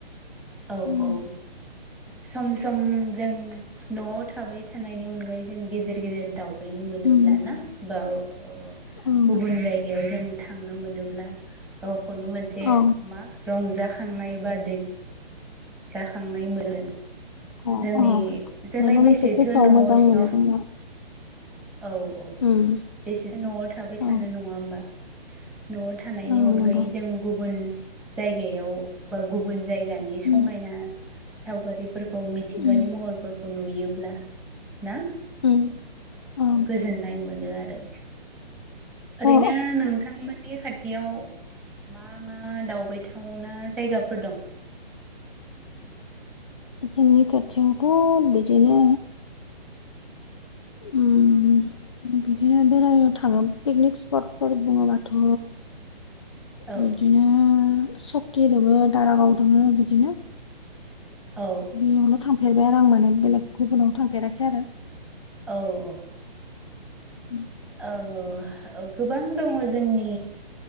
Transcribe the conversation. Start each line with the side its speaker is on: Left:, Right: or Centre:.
Centre: औ
Left: उम
Centre: औ सम सम जों न'आव थाबाय थानायनि अनगायै जों गेजेर गेजेर दाउ नों मोनोब्ला
Left: उम
Centre: ना बा ओ
Left: ओं
Centre: गुबुन जायगा जायगायाव जों थांनो मोनोब्ला गावखौनो मोनसे
Left: अ
Centre: मा रंजाखांनाय बा दै गायगाखांनाय मोनो
Left: अ
Centre: जोंनि जोंनाय
Left: माबा
Centre: बेसेथो
Left: मोनसे गोसोआव
Centre: न'
Left: मोजां मोनो
Centre: सिङाव
Left: जोंना
Centre: औ औ
Left: उम
Centre: बेसे न'आव थाबाय
Left: औ
Centre: थानो नङा होमबा? न'आव थानायनि
Left: ओं
Centre: अनगायै
Left: नंगौ
Centre: जों गुबुन जायगायाव बा गुबुन जायगा गानि
Left: उम
Centre: समायना सावगारिफोरखौ मिथिंगानि
Left: उम
Centre: महरफोरखौ खौ नुयोब्ला ना
Left: उम ओं
Centre: गोजोननाय मोनो आरो ओरैनो
Left: अ
Centre: नोंथांमोन ननि खाथियाव मा मा दावबायथावना जायगाफोर दं?
Left: जोंनि खाथियावथ' बिदिनो अ बिदिनो बेरायनो थाङो पिकनिक स्पटफोर बुङोबाथ'
Centre: औ
Left: बिदिनो सकि दङ दारागाव दङ बिदिनो
Centre: औ
Left: बेयावल' थांफेरबाय आरो आं माने बेलेग गुबुनावनो थांफेराखै आरो।
Centre: औ औ औ
Left: <unintelligible>
Centre: औ गोबां दङ जोंनि